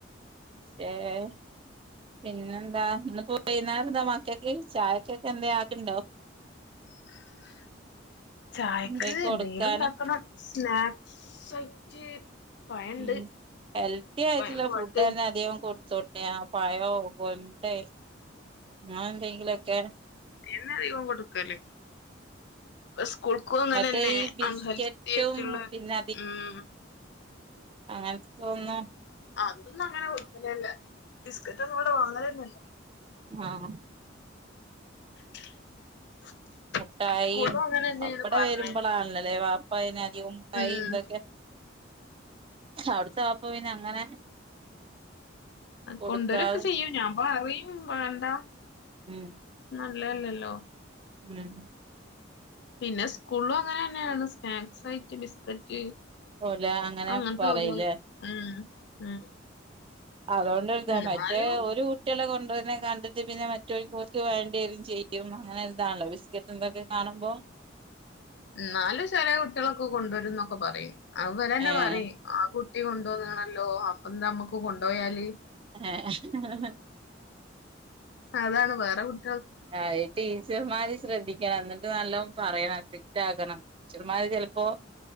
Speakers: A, on the right (about 30°); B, on the left (about 60°).
A: ആയ് പിന്നെന്താ ഇ പോയിരുന്നോ മക്കൊക്കെ ചായക്കൊക്കെ എന്താ ആക്കുണ്ടോ
B: <unintelligible> ചായക്ക്
A: എന്തേ
B: എന്തെങ്കിലും
A: കൊടുക്കാന്
B: ഉണ്ടാക്കണം സ്നാക്സ് ആയിട്ട് പഴണ്ട്
A: ഉം ഹെൽത്തി ആയിട്ടില്ല
B: പഴം പോവട്ടെ
A: ഫുഡ് തന്നെ അധികം കൊ തുണിയ പഴോ കോഴിമോട്ടായോ അങ്ങനെ എന്തെങ്കിലൊക്കെ
B: എന്നെ അധികം കൊടുക്കല്ലേ സ്കൂൾക്കക്കു, അങ്ങനെ
A: മറ്റേ
B: തന്നെ
A: ഈ ബിസ്ക്കറ്റും
B: അൺഹെൽത്തി ആയിട്ടുള്ള
A: പിന്നെ
B: ഉം
A: അങ്ങനെ തോന്നുന്നു
B: അതൊന്നും അങ്ങനെ കൊടുക്കലല്ല ബിസ്കറ്റ് ഒന്നും ഇവിടെ വാങ്ങലില്ലല്ലോല്ലോ
A: ആഹ
B: <unintelligible>
A: മുട്ടായി
B: സ്കൂളും അങ്ങനെ തന്നെയാണ്
A: അവിടെ
B: പറഞ്ഞേ
A: വരുമ്പോളാണല്ലല്ലേ വാപ്പ കൈ
B: ഉം
A: ഇതൊക്കെ അവിടത്തൊപ്പ പിന്നെ അങ്ങനെ കൊടുക്കാതെ
B: കൊണ്ടുവരുംൊക്കെ ചെയ്യും ഞാൻ പറയും വേണ്ടാ
A: ഉം..
B: അല്ലാല്ലല്ലോ.
A: ഉം..
B: പിന്നെ സ്കൂളിലും അങ്ങനെ തന്നെയാണ് സ്നാക്സ് ആയിട്ട് ബിസ്കറ്റ്
A: ഓല അങ്ങനെ
B: അങ്ങനത്തെ
A: പറയില്ലേ
B: <unintelligible> ഉം.. ഉം..
A: അതുകൊണ്ടൊരിതാ
B: എന്നാലും
A: മറ്റേ ഒരു കുട്ടികളെ ണ്ടൊരുന്നെ കണ്ടിട്ട് പിന്നെ മറ്റവര്ക്ക് ക് വേണ്ടിവരും ചെയ്യും അങ്ങനെ ഇതാണല്ലോ ബിസ്ക്കറ്റ് എന്തൊക്കെ കാണുമ്പോ...
B: ന്നാലും ചെല കുട്ടികളൊക്കെ കൊണ്ടുവരും ന്നൊക്കെ പറയും. അതിവരന്നെ
A: ഏഹ്
B: പറയും ആകു കുട്ടി കൊണ്ടന്നാണല്ലോ... അപ്പെന്താ മ്മക്ക് കൊണ്ടോയാല്..?
A: ങേഹ്... ഹ്ഹ്...
B: അതാണ് വേറെ കുട്
A: അയ് ടീച്ചർമാര് ശ്രദ്ധിക്കണം... എന്നിട്ട് നല്ലോ പറയണം ക്റ്റാക്കണം. ടീച്ചർമാര് ചിലപ്പോ...